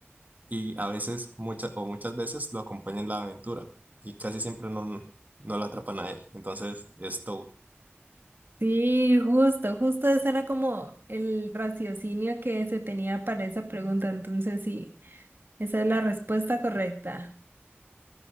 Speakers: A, on the right (about 40°); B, on the right (about 55°).
A: y a veces, muchas o muchas veces lo acompaña en la aventura y casi siempre no, no lo atrapan a él. Entonces es Toad.
B: Sí, justo, justo ese era como el raciocinio que se tenía para esa pregunta. Entonces, sí, esa es la respuesta correcta.